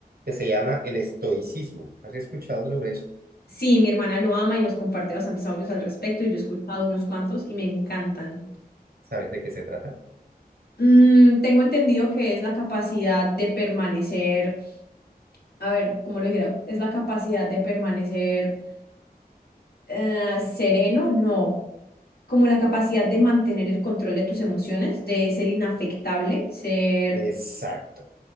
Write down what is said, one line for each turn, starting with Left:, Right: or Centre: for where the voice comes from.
Right: que se llama el estoicismo. ¿Has escuchado sobre eso?
Left: Sí, mi hermana lo ama y nos comparte bastantes audios al respecto y yo he escuchado unos cuantos y me encantan.
Right: ¿Sabes de qué se trata?
Left: Mm, tengo entendido que es la capacidad de permanecer a ver, como lo dijera, es la capacidad de permanecer eh, sereno, no, como la capacidad de mantener el control de tus emociones, de ser inafectable, ser...
Right: Exacto.